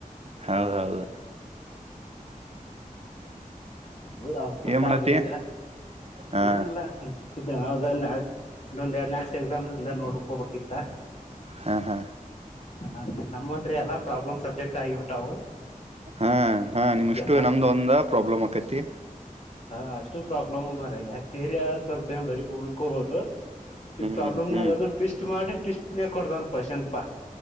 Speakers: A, on the right; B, on the left.
A: ಹೌದೌದು
B: ಹ್ಮ್ ಹೌದ ಅವ್ರ ತಂದ
A: ಏನ್ ಮಾಡತಿ
B: ಬರೀದ
A: ಹಾ
B: ಏನಲ್ಲತಿದ್ದೇ. <unintelligible> ಇನ್ನೊಂದ ಎರಡ್ ಲಕ್ಸ್ ಎಕ್ಸಾಮ್. ಹಂಗ ನೋಡ್ಕೋಬೇಕತ್ತ.
A: ಹಾ ಹಾ
B: ಹ ನಮ್ಮಂದ್ರ ಎಲ್ಲ ಪ್ರಾಬ್ಲಮ್ ಸಬ್ಜೆಕ್ಟ್ ಆಗಿಬಿಟ್ಟಾವು.
A: ಹಾ ಹಾ ನಿಮ್ ಇಷ್ಟು
B: ಎಲ್ಲಾ
A: ನಮ್ದು ಒಂದ ಪ್ರಾಬ್ಲಮ್ ಆಕೈತಿ.
B: ಹಾ ಅಷ್ಟು ಪ್ರಾಬ್ಲಮ್ ಮಾರಾಯ <inaudible> ಸ್ವಲ್ಪ ಏನ ಬರೀ ಉಳ್ಕಬಹುದು ಈ
A: ಹ್ಮ್
B: ಪ್ರಾಬ್ಲಮ್ನಗದು
A: ಹ್ಮ್
B: ಟ್ವಿಸ್ಟ್ ಮಾಡಿ ಟ್ವಿಸ್ಟ್ ಇನ ಕೊಡ್ದನ್ ಕ್ವೆಷನ್ ಪಾ.